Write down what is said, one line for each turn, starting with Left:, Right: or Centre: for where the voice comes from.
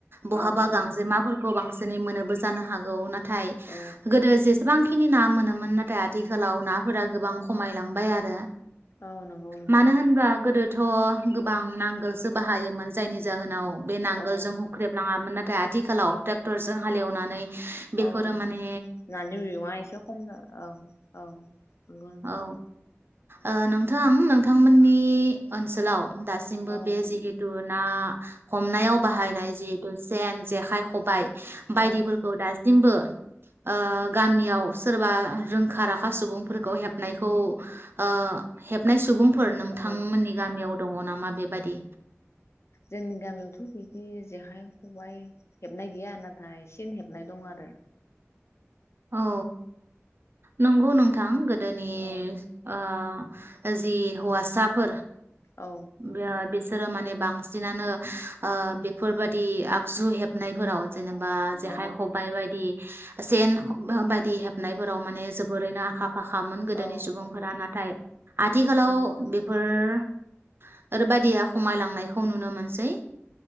Right: बहाबा
Left: औ औ
Right: गांजेमाफोरखौ बांसिन दोनै मोनोबो जानो हागौ ना थाय
Left: औ
Right: गोदो जे गोबांखिनि ना मोनोमोन नाथाय आथिखालाव नाफोरा गोबां खमायलांबाय आरो
Left: औ नंगौ नोंथां
Right: मानो होनबा गोदो थ गोबां नांगोलसो बाहायोमोन जायनि जाहोनाव बे नांगोलजों
Left: औ
Right: हुख्रेब लाङामोन ना आथिखाव ट्रेक्टरजों हालेवनानै बेफोरो
Left: औ
Right: माने
Left: नानि बिगङा एसे खम जा औ औ नंगौ नोंथां
Right: औ ओ नोंथां नोंथांमोननि ओनसोलाव दासिमबो
Left: औ
Right: बे जिहेथु ना हमनायाव बाहायनाय जिहेतु सेन जेखाय खबाय
Left: औ
Right: बायदिफोरखौ दासिम सिमबो ओ गामियाव सोरबा आ रों खा राखा सुबुंफोरखौ हेबनायखौ ओ हेबनाय सुबुं फोर नोंथांमोननि
Left: औ
Right: गामियाव दङ नामा मा बेबादि
Left: जोंनि गामियावथ बिदि जेखाइ खबाइ हेबनाय गैया नाथाय सेन हेबनाय दं आरो
Right: औ नंगौ नोंथां गोदोनि
Left: औ
Right: अ जि हौवासाफोर
Left: औ
Right: बे बेसर माने बांसिनानो बेफोरबादि आगजु हेबनाय फोराव जेनेबा जेखाइ
Left: औ
Right: खबाइ बायदि सेेन बायदि हेब आव माने जोबोरैनो आखा फाखामोन गोदोनि
Left: औ
Right: सुबुंफोरा
Left: नंगौ
Right: नाथाय आथिखालाव
Left: औ नंगौ
Right: बेफोरबायदिया
Left: नोंथां
Right: खामायलांनाय खौ नुनो मोनसै